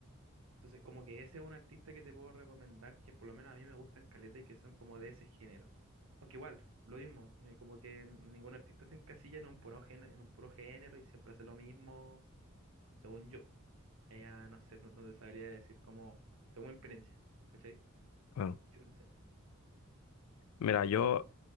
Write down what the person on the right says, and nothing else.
Entonces, como que ese es un artista que te puedo recomendar, que por lo menos a mí me gustan caleta y que son como de ese género. Aunque igual, lo mismo, eh, como que n- ningún artista se encasilla en un puro género, en un puro género y siempre hace lo mismo, según yo. Ella, no sé, no, no te sabría decir como, según mi experiencia, ¿cachai?
¿Qué pensé?
Ah,
tam-